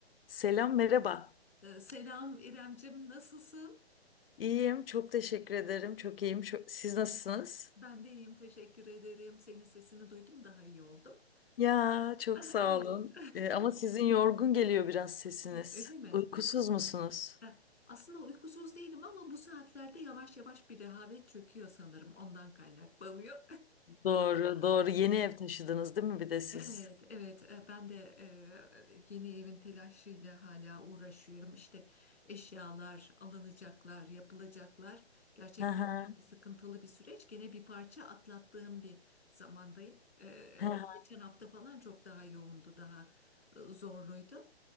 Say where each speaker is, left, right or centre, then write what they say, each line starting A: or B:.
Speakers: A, on the left; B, on the left.
A: Selam, merhaba.
B: Ee, Selam İremcim, nasılsın?
A: İyiyim, çok teşekkür ederim. Çok iyiyim. Çok- Siz nasılsınız?
B: Ben de iyiyim, teşekkür ederim. Senin sesini duydum, daha iyi oldum. <laughs>
A: Ya, çok
B: Ah,
A: sağ
B: Evet,
A: olun. Ee, ama sizin yorgun geliyor biraz sesiniz.
B: öyle mi?
A: Uykusuz musunuz?
B: Ha, Aslında uykusuz değilim ama bu saatlerde yavaş yavaş bir rehavet çöküyor sanırım. Ondan kaynaklanıyor.
A: Doğru, doğru. Yeni ev taşıdınız değil mi bir de siz?
B: Evet, evet. E, Ben de e, yeni evin telaşıyla hala uğraşıyorum. İşte eşyalar alınacaklar, yapılacaklar. Gerçekten
A: Hı hı,
B: sıkıntılı bir süreç. Gene bir parça atlattığım bir zamandayım. E,
A: hı hı.
B: Geçen hafta falan çok daha yoğundu, daha e, zorluydu.